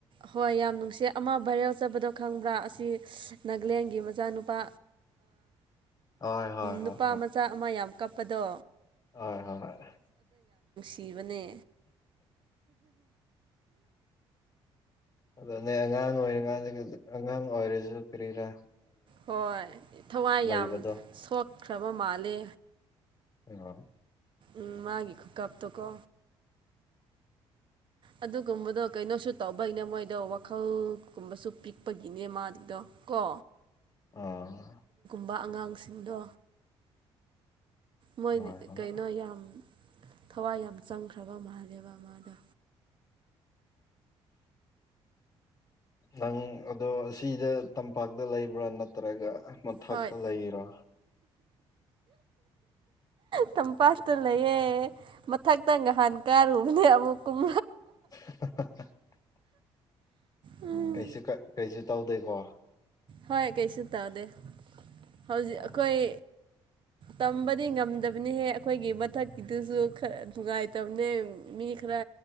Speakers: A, on the right (about 50°); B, on the left (about 35°).
A: ꯍꯣꯏ ꯌꯥꯝ ꯅꯨꯡꯁꯤ ꯑꯃ ꯚꯥꯏꯔꯦꯜ ꯆꯠꯄꯗꯣ ꯈꯪꯕ꯭ꯔꯥ ꯑ ꯁꯤ ꯅꯥꯒꯂꯦꯟꯒꯤ ꯃꯆꯥꯅꯨꯄꯥ
B: ꯍꯣꯏ ꯍꯣꯏ
A: ꯅꯨꯄꯥ
B: ꯍꯣꯏ
A: ꯃꯆꯥ ꯑꯃ ꯌꯥꯝ ꯀꯞꯄꯗꯣ
B: ꯍꯣꯏ ꯍꯣꯏ ꯍꯣꯏ
A: ꯁꯤꯕꯅꯦ
B: ꯑꯗꯨ ꯅꯦ ꯑꯉꯥꯡ ꯑꯣꯏꯔꯤꯉꯥꯁꯤ ꯑꯉꯥꯡ ꯑꯣꯏꯔꯁꯨ ꯀꯔꯤꯔ
A: ꯍꯣꯏ ꯊꯋꯥꯏ
B: ꯂꯩꯕꯗꯣ
A: ꯌꯥꯝ ꯁꯣꯛꯈ꯭ꯔꯕ ꯃꯥꯂꯦ
B: ꯑ
A: ꯎꯝ ꯃꯥꯒꯤ ꯈꯨ ꯀꯞ ꯇꯣꯀꯣ ꯑꯗꯨꯒꯨꯝꯕꯗꯣ ꯀꯩꯅꯣꯁꯨ ꯇꯧꯕꯒꯤꯅꯦ ꯃꯣꯏꯗꯣ ꯋꯥꯈꯜꯒꯨꯝꯕꯁꯨ ꯄꯤꯛꯄꯒꯤꯅꯦ ꯃꯥꯒꯤꯗꯣ ꯀꯣ
B: ꯑꯥ
A: ꯇꯝꯕ ꯑꯉꯥꯡꯁꯤꯡꯗꯣ ꯃꯣꯏ
B: ꯍꯣꯏ ꯍꯣꯏ
A: ꯀꯩꯅꯣ ꯌꯥꯝ ꯊꯋꯥꯏ ꯌꯥꯝ ꯆꯪꯈ꯭ꯔꯕ ꯃꯍꯥꯂꯦꯕ ꯃꯥꯗꯣ
B: ꯅꯪ ꯑꯗꯣ ꯁꯤꯗ ꯇꯝꯄꯥꯛꯇ ꯂꯩꯕ꯭ꯔꯥ ꯅꯠꯇ꯭ꯔꯒ ꯃꯊꯛꯇ
A: ꯍꯣꯏ
B: ꯂꯩꯔꯣ
A: ꯆꯝꯄꯥꯛ ꯂꯩꯌꯦꯦ ꯃꯊꯛꯇ ꯉꯍꯥꯟ ꯀꯥꯔꯨꯕꯅꯦ ꯑꯃꯨꯛ ꯀꯨꯝ
B: <unintelligible>
A: ꯎꯝ
B: ꯀꯩꯁꯨ ꯀꯩꯁꯨ ꯇꯧꯗꯣꯏꯀꯣ
A: ꯍꯣꯏ ꯀꯩꯁꯨ ꯇꯧꯗꯦ ꯍꯧꯖꯤꯛ
B: ꯑꯣ
A: ꯑꯩꯈꯣꯏ ꯇꯝꯕꯗꯤ ꯉꯝꯗꯕꯅꯤꯍꯦ ꯑꯩꯈꯣꯏꯒꯤ ꯃꯊꯛꯀꯤꯗꯨꯁꯨ ꯈꯔ ꯅꯨꯡꯉꯥꯏꯇꯕꯅꯦ ꯃꯤ ꯈꯔ